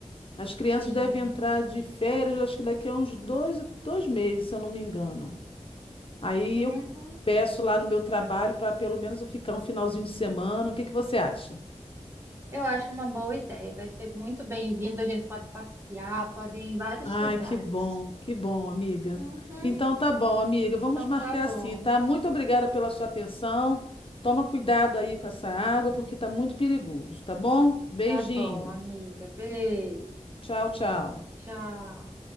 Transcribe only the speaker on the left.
As crianças
devem entrar de férias, acho que daqui a uns dois, dois meses, se eu não me engano. Aí
eu peço lá no meu trabalho para pelo menos eu ficar um finalzinho de semana. O que que você acha?
Ai,
que bom, que bom, amiga.
Então tá bom, amiga, vamos
marcar
assim, tá? Muito obrigada pela sua atenção. Toma cuidado aí com essa água, porque tá muito perigoso, tá bom? Beijinho.
Tchau, tchau.